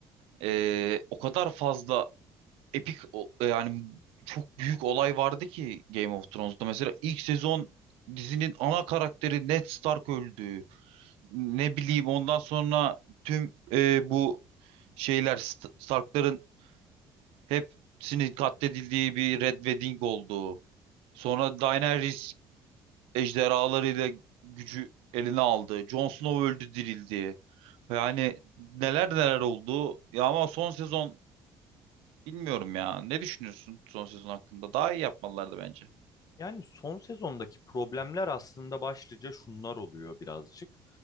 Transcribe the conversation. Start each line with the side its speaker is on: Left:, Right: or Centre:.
Right: eee, o kadar fazla epik o- yani çok büyük olay vardı ki Game of Thrones'da. Mesela ilk sezon dizinin ana karakteri Ned Stark öldü. ne bileyim ondan sonra tüm e, bu şeyler St- Stark'ların hepsinin katledildiği bir Red Wedding oldu. Sonra Daenerys ejderhalarıyla gücü eline aldı. Jon Snow öldü dirildi. Yani neler neler oldu. Ya ama son sezon bilmiyorum ya. Ne düşünüyorsun son sezon hakkında? Daha iyi yapmalılardı bence.
Left: Yani son sezondaki problemler aslında başlıca şunlar oluyor birazcık.